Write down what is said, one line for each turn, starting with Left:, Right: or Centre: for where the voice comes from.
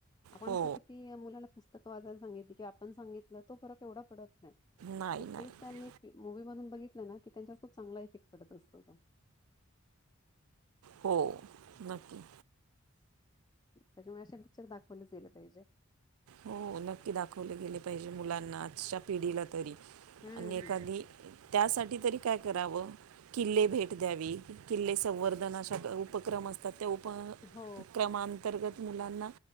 Left: आपण
Right: हो
Left: असं किती मुलांना पुस्त वाचायला सांगितली की, आपण सांगितलं तो फरक एवढा पडत
Right: नाही नाही
Left: तेच त्यांनी मुवी मधून बघितलं ना की, त्यांच्यावर खूप चांगला इफेक्ट पडत असतो तो.
Right: हो, नक्की.
Left: त्याच्यामुळे अशे पिक्चर, दाखवलेच गेले पाहिजे.
Right: हो नक्की दाखवले गेले पाहिजे मुलांना आजच्या पिढीला तरी
Left: हम्म
Right: आणि एखादी त्यासाठी तरी काय करावं किल्ले भेट द्यावी किल्ले संवर्धन अशा उपक्रम असतात त्या उपक्रमांतर्गत
Left: हो
Right: मुलांना